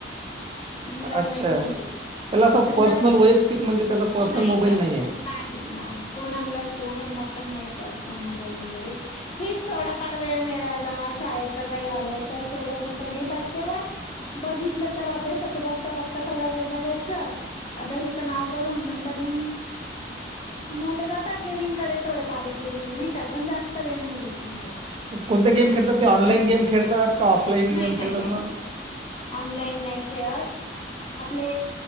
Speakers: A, on the left (about 35°); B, on the right (about 30°).
A: मुलाला
B: अच्छा
A: नाही घेऊन देई
B: त्याला असं
A: घरात
B: पर्सनल वैयक्तिक म्हणजे त्याचा पर्सनल
A: नाही
B: मोबाईल
A: नाही
B: आहे.
A: नाही नाही कोणालाच दोघांना पण नाही प्रन्सल मोबाईल वगैरे हेच थोडा फार वेळ मिळाला तर शाळेच काही आल तर तेवढ्या पुरत घेतात तेव्हाच बघितल तर अभ्यासाच बघता बघता थोडा वेळ बघायचं अभ्यासाचं नाव करून नंतर मग मुलं जाता गेमिंगकडे थोडफार इकडे तिकडे नाही का पण जास्त वेळ नाही देत मी पण
B: कोणत्या गेम खेळतात ऑनलाईन गेम खेळतात का ऑफलाईन
A: नाही
B: गेम
A: नाही
B: खेळतात
A: नाही
B: मग?
A: नाही ऑनलाईन नाही खेळत आपले